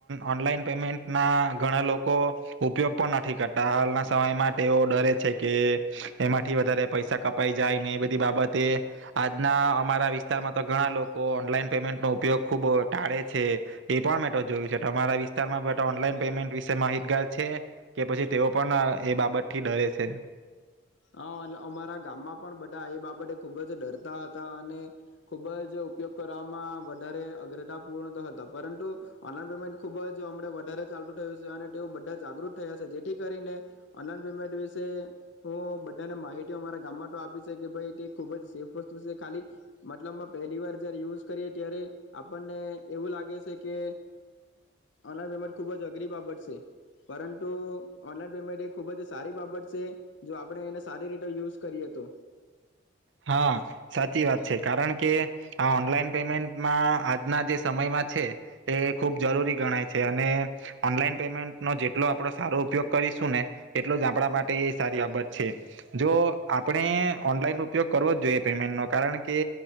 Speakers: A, on the right; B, on the left.
A: ઓનલાઈન પેમેન્ટ ના ઘણા લોકો ઉપયોગ પણ નથી કરતા. હાલના સમય માટે ઓ ડરે છે કે એમાંથી વધારે પૈસા કપાઈ જાય. ને એ બધી બાબતે આજના અમારા વિસ્તારમાં તો ઘણા લોકો ઓનલાઈન પેમેન્ટનો ઉપયોગ ખૂબ ટાળે છે એ પણ મે તો જોયું છે. તમારા વિસ્તારમાં બધા ઓનલાઈન પેમેન્ટ વિશે માહિતગાર છે કે પછી તેઓ પણ એ બાબતથી ડરે છે?
B: હા અમારા ગામમાં પણ બધા એ બાબતે ખુબ જ ડરતા હતા. અને ખુબ જ ઉપયોગ કરવામાં વધારે અગ્રતા પૂર્ણ હતા. પરંતુ ઓનલાઈન પેમેન્ટ ખુબ જ હમ વધારે ચાલતુ થયું છે અને તેઓ બધા જાગૃત થયા છે જેથી કરીને ઓનલાઈન પેમેન્ટ વિશે હું બધાને માહિતી અમારા ગામમાં તો આપી છે કે ભાઈ, તે ખૂબ જ સેફ વસ્તુ છે. ખાલી મતલબમાં પહેલી વાર જ્યારે યુઝ કરીએ ત્યારે આપણને એવું લાગે છે કે ઓનલાઈન પેમેન્ટ ખૂબ જ અઘરી બાબત છે, પરંતુ ઓનલાઈન પેમેન્ટ એ ખૂબ જ સારી બાબત છે. જો આપણે એને સારી રીતે યુઝ કરીએ તો.
A: હા, સાચી વાત છે. કારણ કે આ ઓનલાઈન પેમેન્ટમાં આજના જે સમયમાં છે એ ખૂબ જરૂરી ગણાય છે. અને ઓનલાઈન પેમેન્ટનો જેટલો આપણો સારો ઉપયોગ કરીશું, ને એટલો જ આપણા માટે એ સારી બાબત છે. જો આપણે ઓનલાઈન. ઉપયોગ કરવો જ જોઈએ પેમેન્ટનો, કારણ કે